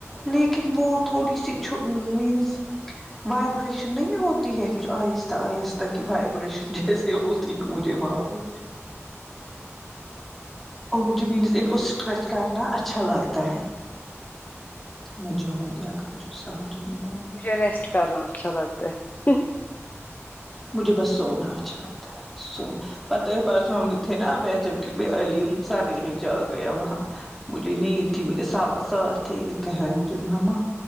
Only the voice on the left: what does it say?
مجھے ریسٹ کرنا اچھا لگتا ہے